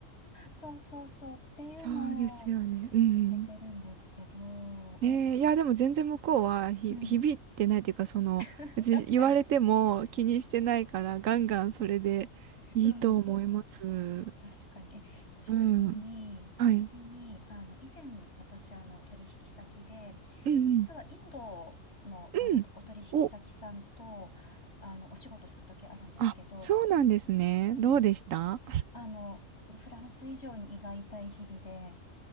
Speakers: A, on the left; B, on the right.
A: そうそうそうっていうのを続けてるんですけど、
B: そうですよね。うん。
A: え、
B: えーいや、でも全然向こうはひ響いてないっていうか、
A: うん、
B: その、
A: <laughs>
B: 別に言われても気にしてないから、
A: 確かに、
B: ガンガンそれでいいと思います。
A: うん。確かに。え、ちなみに、
B: うん。
A: ちなみに、
B: はい。
A: あの、以前私、あの、取引先で、
B: うんうん。
A: 実はインドの、
B: うん。
A: あの、お取引先さんと、
B: お、
A: あの、お仕事してた時あるんですけど、
B: あ、そうなんですね。
A: うん、
B: どうでした
A: あの、フランス以上に胃が痛い日々で、